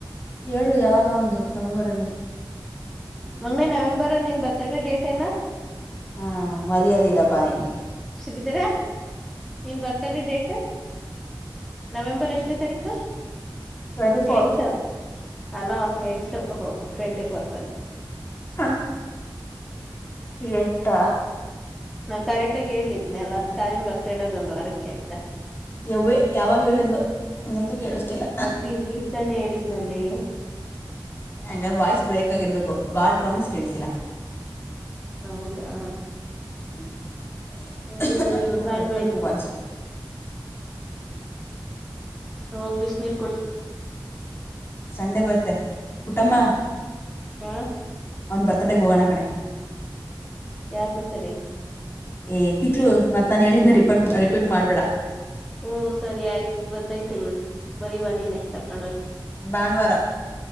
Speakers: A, on the left; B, in the centre.
A: ಹೇಳು ಯಾವಾಗ ಅವಂದು ನವೆಂಬರ್ ಅಲ್ಲಿ.
B: ಮಗನೇ ನವೆಂಬರ್ ನಿನ್ ಬರ್ತ್ಡ ಡೇಟ್ ಏನ.
A: ಹಾ ಮರ್ಯಾದೆ ಇಲ್ಲ ಬಾ ನಿನ್ಗೆ.
B: ಶ್ರೀಧರ ನೀನ್ ಬರ್ತಡೇ ಡೇಟ್. ನವೆಂಬರ್ ಎಷ್ಟನೇ ತಾರೀಕು
A: ಟ್ವೆಂಟಿ ಫೋರ್ತ್
B: ಎಂಟು. ಹಲೋ ಎಂಟು ಟ್ವೆಂಟಿ ಫೋರ್ತ್ ಅಂತೆ.
A: ಹ ಎಂಟ.
B: ನಾನ್ ಕರೆಕ್ಟಾಗಿ ಹೇಳ್ಲಿದ್ನೆನಲ್ಲ ಕಾವ್ಯದು ಬರ್ತ್ಡೇ ಅದ ಒಂದು ವಾರಕ್ಕೆ ಅಂತ.
A: ಯವೇ ಯಾವಾಗ ಹೇಳಿದು ಹಂಗಂತೂ ಕೇಳಿಸ್ತಿಲ್ಲ.
B: ಈಗಾ ತಾನೇ ಹೇಳಿದ್ನಲ್ಲಿ.
A: ಹಂಗದ್ರೆ ವಾಯ್ಸ್ ಬ್ರೇಕ್ ಆಗಿರ್ಬೇಕು ಗಾಡ್ ಪ್ರಾಮಿಸ್ ಕೇಳ್ತಿಲ್ಲಾ.
B: ಹೌದಾ
A: <inaudible>
B: ಅಲ್ಲಿ ಬಿಡು
A: ಅಯ್ಯೋ ನನಗೆ
B: ಬಾಯ್
A: ಕಟ್ಟಿಕೊಂತು
B: ಬಾಯ್
A: ವಾಯ್ಸ್.
B: ಹೋಗಿ ಬಿಸಿ ನೀರ್ ಕುಡಿ
A: ಸಂಡೆ ಬರುತ್ತೆ ಪುಟ್ಟಮ್ಮ.
B: ಹಾ
A: ಅವ್ನ್ ಬರ್ತಡೇಗ್ ಹೋಗೋಣ ಕಣೆ
B: ಯಾರ್ ಬರ್ತ್ಡೇ.
A: ಏ್ ತಿಕ್ಲು ಮತ್ ನಾನ್ ಹೇಳಿದ್ನ ರಿಪೀಟ್ ಮಾಡ್ಬೇಡ.
B: ಹ್ಮ್ ಸರಿ ಆಯ್ತು ಗೊತ್ತೈತೆ ಬಿಡು ಬರಿವಾ ನೀನೆೇ ಕರ್ಕೊಂಗಿ
A: ಭಾನುವಾರ